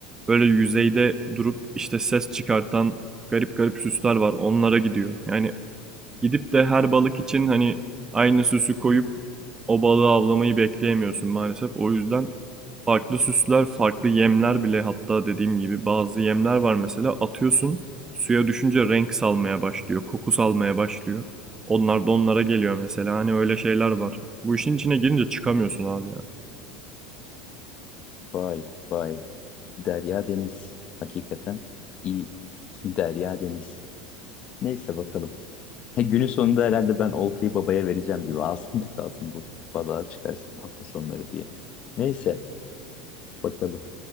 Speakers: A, on the right; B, on the left.
A: böyle yüzeyde durup işte ses çıkartan garip garip süsler var. Onlara gidiyor. Yani Gidip de her balık için hani aynı süsü koyup o balığı avlamayı bekleyemiyorsun maalesef. O yüzden farklı süsler, farklı yemler bile hatta dediğim gibi bazı yemler var mesela atıyorsun suya düşünce renk salmaya başlıyor, koku salmaya başlıyor. Onlar da onlara geliyor mesela. Hani öyle şeyler var. Bu işin içine girince çıkamıyorsun abi ya.
B: Vay vay. Derya Deniz. Hakikaten iyi. Derya Deniz. Neyse bakalım. He, günün sonunda herhalde ben oltayı babaya vereceğim gibi. <laughs> Alsın da kalsın bu. Balığa çıkarsın hafta sonları diye. Neyse bakalım.